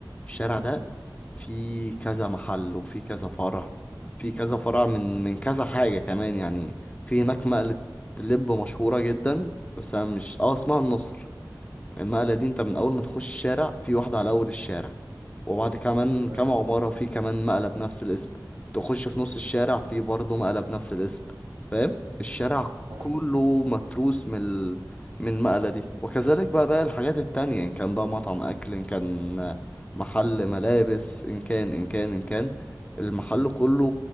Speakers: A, on the left; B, on the right.
A: الشارع
B: مم.
A: ده فيه كذا محل وفيه كذا فرع في كذا فرع من من كذا حاجة كمان يعني في هناك مقلة لب مشهورة جدا بس انا مش اه اسمها النصر المقلة دي انت من اول ما تخش الشارع في واحدة على اول الشارع وبعد كمان
B: تمام
A: كام عمارة في كمان مقلة بنفس الاسم تخش في نص الشارع في برضه مقلة بنفس الاسم فاهم الشارع
B: حلو
A: كله متروس من ال... من المقلة دي وكذلك بقى باقي الحاجات التانية إن كان بقى مطعم أكل إن كان محل ملابس إن كان إن كان إن كان المحل كله